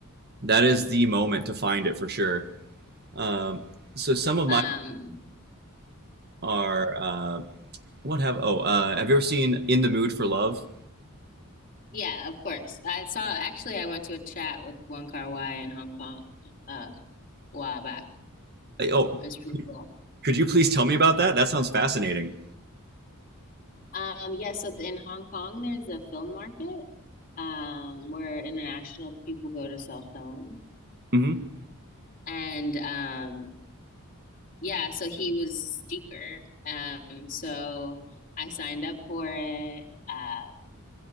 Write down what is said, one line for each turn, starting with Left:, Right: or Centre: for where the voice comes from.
Right: that is the moment to find it for sure. Um, so some of
Left: Um
Right: mine are uh, what have oh uh, have you ever seen In the Mood for Love?
Left: yeah, of course. I saw actually I went to a chat with Wong Kar-wai in Hong Kong uh, a while back.
Right: Like, Oh,
Left: It's pretty cool.
Right: could you please tell me about that? That sounds fascinating.
Left: Um yeah, so in Hong Kong there's a film market um where international people go to sell films.
Right: Mm-hmm.
Left: And um yeah, so he was speaker. Um, so I signed up for it. Uh,